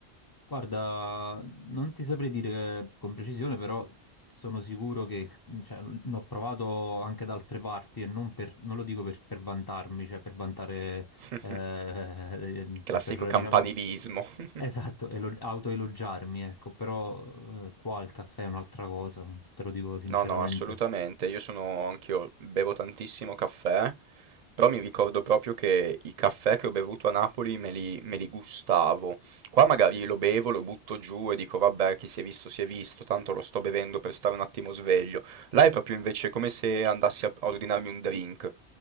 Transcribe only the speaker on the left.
Guarda, non ti saprei dire con precisione, però sono sicuro che cioè, l'ho provato anche da altre parti e non, per- non lo dico per, per vantarmi, cioè per vantare,
eh,
<laughs> cioè per
diciamo,
esatto, elo- autoelogiarmi, ecco, però eh, qua il caffè è un'altra cosa, te lo dico sinceramente.